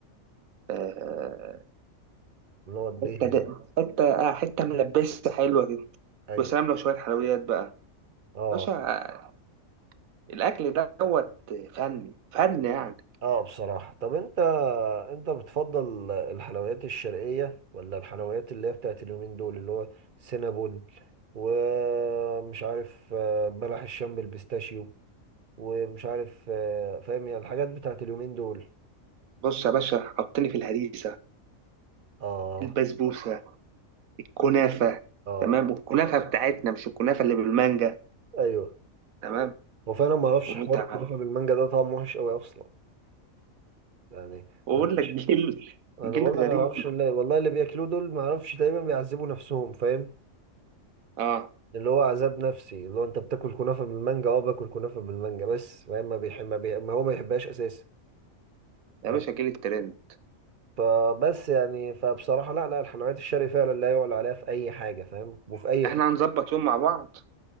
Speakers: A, on the right (about 80°); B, on the right (about 45°).
A: آه،
B: اللي هو الدهن
A: حته ده
B: ده
A: حته آه، حته ملبسه حلوه كده
B: ايوه
A: وسلام لو شويه حلويات بقى
B: اه
A: باشا آه، الاكل دوت فن فن يعني
B: اه بصراحة طب انت انت بتفضل الحلويات الشرقية ولا الحلويات اللي هي بتاعت اليومين دول اللي هو سينابون ومش عارف آه، بلح الشام بالبيستاشيو ومش عارف آه، فاهم يعني الحاجات بتاعت اليومين دول
A: بص يا باشا حطني في الهريسه
B: اه
A: البسبوسه الكنافه
B: اه
A: تمام والكنافه بتاعتنا مش الكنافه اللي بالمانجا
B: ايوه
A: تمام
B: هو فعلا ما اعرفش
A: وتمام
B: حوار الكنافة بالمانجا ده طعمه وحش قوي اصلا يعني
A: واقول
B: أنا معرفش-
A: لك <laughs> جيل
B: انا
A: جيل
B: بقول
A: غريب
B: لك انا ما اعرفش اللي والله اللي بياكلوه دول ما اعرفش تقريبا بيعذبوا نفسهم فاهم
A: اه
B: اللي هو عذاب نفسي اللي هو انت بتاكل كنافه بالمانجا اه باكل كنافه بالمانجا بس فاهم ما بيحب ما, بيح... ما هو ما يحبهاش اساسا
A: يا
B: فاهم
A: باشا جيل الترند
B: فبس يعني فبصراحه لا لا الحلويات الشرقي فعلا لا يعلى عليها في اي حاجه فاهم وفي اي
A: احنا
B: حته
A: هنظبط يوم مع بعض